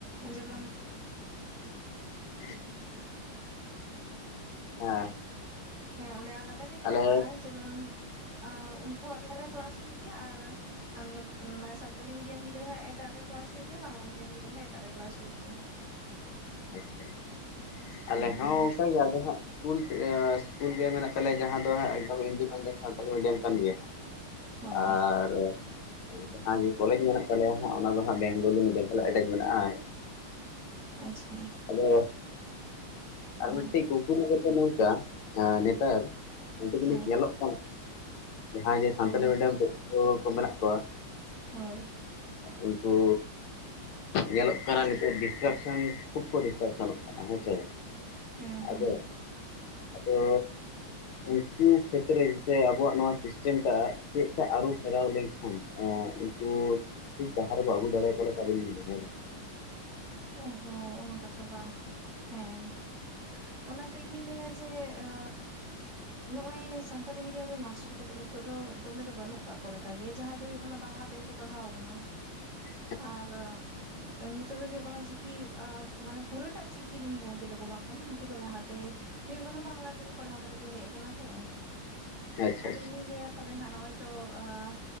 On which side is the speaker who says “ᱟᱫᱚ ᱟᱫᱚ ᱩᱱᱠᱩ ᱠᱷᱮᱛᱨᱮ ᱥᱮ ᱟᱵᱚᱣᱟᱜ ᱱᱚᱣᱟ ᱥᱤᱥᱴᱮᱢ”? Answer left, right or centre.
Left